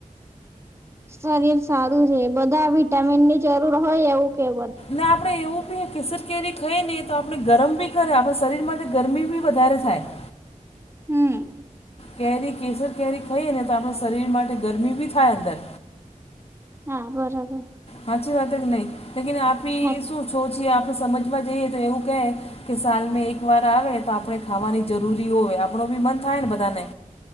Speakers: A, on the right; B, on the left.
A: શરીર સારું છે બધા વિટામીન ની જરૂર હોય એવું કેધ
B: ને આપણે એવું બી કિસટ કેરી ખાઈએ નહીં તો આપણે ગરમ બી કર આપણા શરીરમાં ગરમી બી વધારે થાય
A: હમ
B: કેરી કેસર કેરી ખાઈએ ને તો આપણા શરીર માટે ગરમી બી થાય અંદર
A: હા બરાબર
B: હાચી વાત કે નહીં લકીને આપી
A: હા
B: શું છો છીએ આપણે સમજવા જઈએ તો એવું કહે કે સાલ મે એક વાર આવે તો આપણે ખાવાની જરૂરી હોય આપણો ભી મન થાય ને બધાને